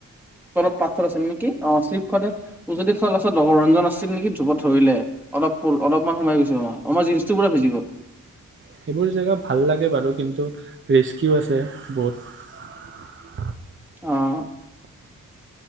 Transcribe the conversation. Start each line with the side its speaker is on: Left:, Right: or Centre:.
Centre: তলত পাথৰ আছিল নেকি অঁ চিল্লিপ খাওতে উজুতি খাওঁতে ৰঞ্জন আছিল নেকি জোপত ধৰিলে অলপ অলপমান সোমাই গৈছিলই আমাৰ জিনৰ্চ পুৰা ভিজি গ'ল
Right: সেইবোৰ জেগাত ভাল লাগে বাৰু কিন্তু ৰিস্কিও আছে বহুত
Centre: অঁহ